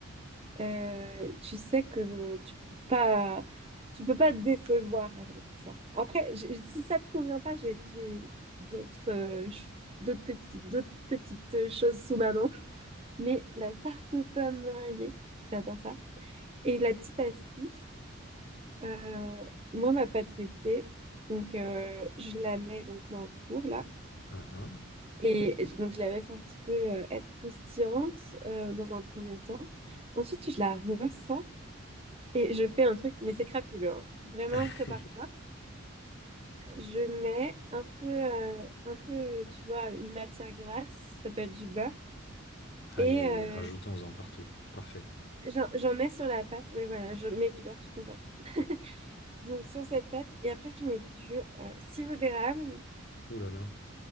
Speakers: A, on the right (about 30°); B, on the left (about 55°).
A: Euh, tu sais que tu peux pas, tu peux pas te décevoir avec ça. Après, j- si ça te convient pas, j'ai j'ai d'autres euh, ch- d'autres petites d'autres petites euh, choses sous ma manche, mais la tarte aux pommes meringuée, j'adore ça. Et la petite astuce, euh, moi ma pâte feuilletée, donc euh, je la mets donc dans le four là.
B: Ah, ah.
A: Et je- donc, je la laisse un petit peu euh, être croustillante euh, dans un premier temps. Ensuite, je la ressors et je fais un truc, mais c'est crapuleux. hein. Vraiment,
B: <laughs>
A: prépare-toi. Je mets un peu, euh, un peu, tu vois, une matière grasse, ça peut être du beurre.
B: Aïe
A: Et
B: aïe
A: euh,
B: aïe, rajoutons-en partout. Parfait.
A: j'en j'en mets sur la pâte. Oui, voilà, je mets du beurre tout le temps partout. <laughs> Donc, sur cette pâte. Et après, je mets du euh, sirop d'érable
B: Ouh là là.